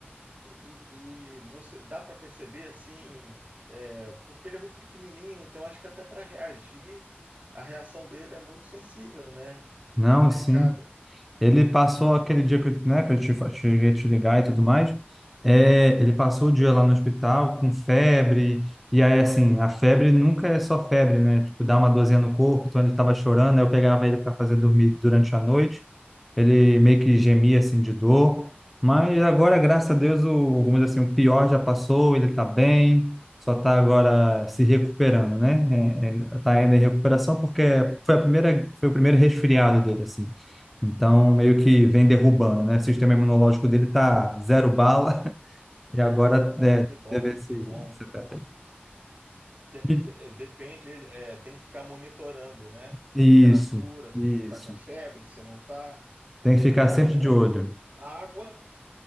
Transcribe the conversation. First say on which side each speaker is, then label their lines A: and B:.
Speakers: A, on the right; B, in the centre.
A: E, e você dá para perceber assim, é, porque ele é muito pequenininho, então acho que até para reagir, a reação dele é muito sensível, né?
B: Não,
A: Muito delicada.
B: sim. Ele passou aquele dia que, eu- né, que eu te, fa- cheguei a te ligar e tudo mais. É, ele passou o dia lá no hospital com febre, e aí, assim, a febre nunca é só febre, né? Tipo, dá uma dorzinha no corpo, então ele estava chorando, aí eu pegava ele para fazer dormir durante a noite. Ele meio que gemia, assim, de dor. Mas agora, graças a Deus, o, vamos dizer assim, o pior já passou, ele está bem, só está agora se recuperando, né? Está ainda em recuperação porque foi a primeira, foi o primeiro resfriado dele, assim. Então, meio que vem derrubando, né? O sistema imunológico dele tá zero bala <laughs> e agora é,
A: Ah, que bom,
B: deve esse,
A: que bom.
B: esse teto.
A: Tem-
B: E-
A: te- depende, é, tem que ficar monitorando, né?
B: Isso,
A: Temperatura, se
B: isso.
A: está com febre, se não está,
B: Tem que
A: hidratando,
B: ficar sempre de olho.
A: água.